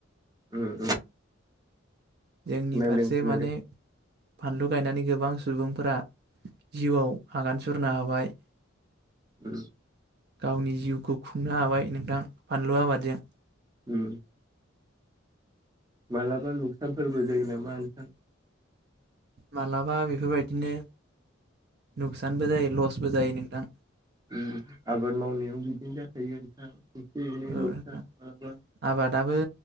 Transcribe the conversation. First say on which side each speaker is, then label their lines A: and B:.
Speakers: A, on the right; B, on the right.
A: उम उम
B: जोंनि
A: खोनादों
B: फारसे
A: खोनादों
B: माने फानलु गायनानै गोबां सुबुंफोरा जिउआव आगान सुरनो हाबाय
A: उ
B: गावनि जिउखौ खुंनो हाबाय नोंथां फानलु आबादजों
A: उ मालाबा लुकसानफोरबो जायो नामा नोंथां
B: मालाबा बेफोरबायदिनो नुकसानबो जायो लसबो जायो नोंथां
A: ओ आबाद मावनायाव बिदिनो जाखायो नोंथां एसे एनै
B: औ
A: लुकसान
B: नोंथां
A: मालाबा
B: आबादाबो